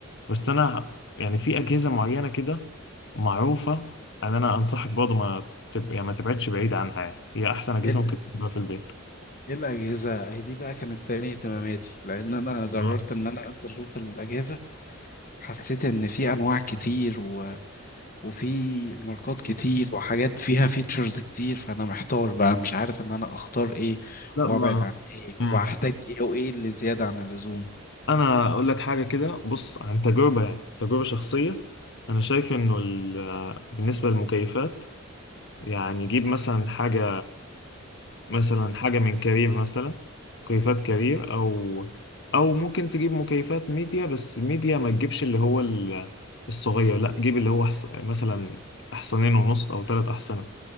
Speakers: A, on the left; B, on the left.
A: بس أنا يعني في أجهزة معينة كده معروفة أن أنا أنصحك برضه ما تب... يعني ما تبعدش بعيد عنها يعني هي أحسن أجهزة
B: ايه ال-
A: ممكن تبقى في البيت
B: إيه الاجهزه هي دي بقى كانت تاني اهتماماتي لان انا جربت
A: اه
B: ان انا انزل اشوف الاجهزه حسيت ان في انواع كتير و... وفي ماركات كتير وحاجات فيها فيتشرز كتير فانا محتار بقى مش عارف ان انا اختار ايه
A: لا
B: وابعد
A: ما
B: عن ايه
A: مم.
B: وهحتاج ايه وايه اللي زياده عن اللزوم
A: أنا أقول لك حاجة كده بص عن تجربة يعني تجربة شخصية أنا شايف إنه ال... بالنسبة للمكيفات يعني جيب مثلا حاجة مثلا حاجة من كارير مثلا مكيفات كارير أو أو ممكن تجيب مكيفات ميديا بس ميديا ما تجيبش اللي هو ال- الصغير لا جيب اللي هو أحس... مثلا أحصنين ونص أو تلات أحصنة